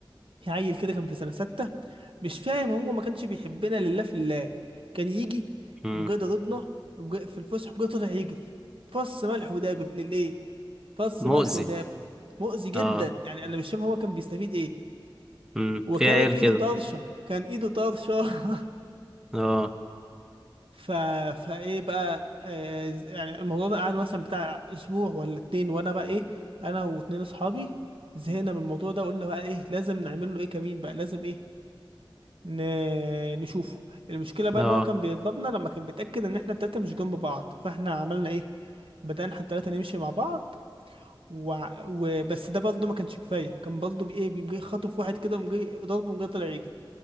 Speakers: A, on the right; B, in the centre.
A: في عيل كده كان في سنة ستة مش فاهم هو ما كانش بيحبنا لله في الله كان يجي
B: مم.
A: يقوم جاي ضربنا يقوم جاي في الفسحة يقوم جاي طالع يجري فص ملح وداب ابن الايه فص
B: مؤذي
A: ملح وداب مؤذي جدا
B: اه
A: يعني انا مش فاهم هو كان بيستفيد ايه
B: مم.
A: وكانت
B: في عيال
A: ايده
B: كده
A: طرشة كان ايده طرشة <laughs>
B: اه
A: ف... فايه بقى آه يعني الموضوع ده قعد مثلا بتاع اسبوع ولا اتنين وانا بقى ايه انا واتنين اصحابي زهقنا من الموضوع ده قلنا بقى ايه لازم نعمل له ايه كمين بقى لازم ايه ن... نشوفه المشكله بقى
B: اه
A: ان هو كان بيضربنا لما كان بيتاكد ان احنا التلاته مش جنب بعض فاحنا عملنا ايه بدانا احنا التلاته نمشي مع بعض وع- وبس ده برضه ما كانش كفايه كان برضه بايه بيقوم جاي خاطف واحد كده وقوم جاي ضربه وقوم جاي طلع يجري